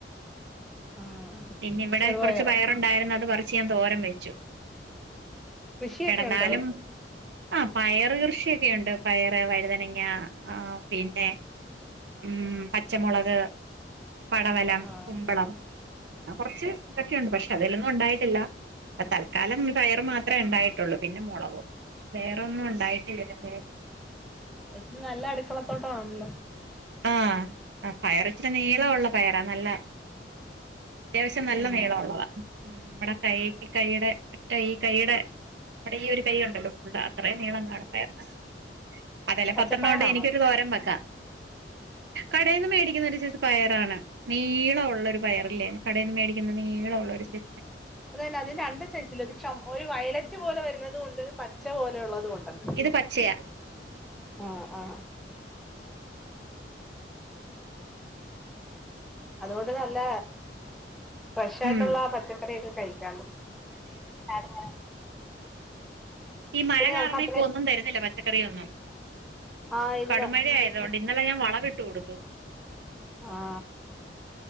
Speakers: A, in the centre; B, on the right.
A: ആഹ്
B: പിന്നെ ഇവിടെ
A: ചെറുപയറോ
B: കൊറച്ച് പയറുണ്ടായിരുന്നത് പറിച്ച് ഞാൻ തോരം വെ ച്ചു
A: കൃഷിയൊക്കെ
B: കെടന്നാലും
A: ഉണ്ടോ
B: ആ പയറ് കൃഷിയൊക്കെുണ്ട്. പയറ്, വഴുതനങ്ങ, ആ പിന്നെ ഉം പച്ചമുളക് പടവലം
A: ആഹ്
B: കുമ്പളം ആ കൊറച്ച് ഇതൊക്കെയുണ്ട് പക്ഷെ അതിലൊന്നും ഉണ്ടായിട്ടില്ല തൽക്കാലം പയറ് മാത്രമേ ഉണ്ടായിട്ടുള്ളൂ പിന്നെ മുളകും വേറൊന്നും ഉണ്ടായിട്ടില്ലേനിപയ്
A: <unintelligible> നല്ല അടുക്കളത്തോട്ടാണല്ലോ
B: ആഹ് അ പയർ ഇച്ചിരി നീളമുള്ള പയറാ നല്ല അത്യാവശ്യം നല്ല
A: ആഹ്
B: നീളം ഉള്ളതാ ഉം മ്മടെ കൈക്ക് കൈയുടെ ഒറ്റ ഈ കൈയുടെ മ്മടെ ഈ ഒരു തൈയുണ്ടല്ലോ ഫുള് അത്രയും നീളം കാണ പയറിന് അതെല്ലെ
A: പച്ചപ്പയറാണോ
B: പത്തെണ്ണോണ്ട് എനിക്കൊരു തോരം വെക്കാം
A: <inaudible>
B: കടേന്ന് മേടിക്കുന്ന ഒരു സൈസ് പയറാണ് നീള ഉള്ളൊരു പയറ്ല്ലേ കടേന്ന് മേടിക്കുന്ന നീള ഉള്ളൊരു സൈ
A: അതന്നെ അത് രണ്ട് സൈസില് ഒരു വയലറ്റ് പോലെ വരുന്നതുണ്ട് ഒരു പച്ച പോലെ ഉള്ളതു ണ്ട്
B: ഇത് പച്ചയാ
A: ആ ആ അതോണ്ട് നല്ല ഫ്രഷയിട്ട്ള്ള
B: ഉം
A: പച്ചക്കറിയൊക്കെ കഴിക്ക അതെ
B: ഈ മഴ കാരണം
A: ഞങ്ങക്ക് അത്ര
B: ഇപ്പോന്നും തരുന്നില്ല പച്ചക്കറിയൊന്നും
A: ആഹ് ഇല്ല
B: കടുമഴ ആയതൊണ്ട് ഇന്നലെ ഞാൻ വളവിട്ട് കൊടുത്തു
A: ആ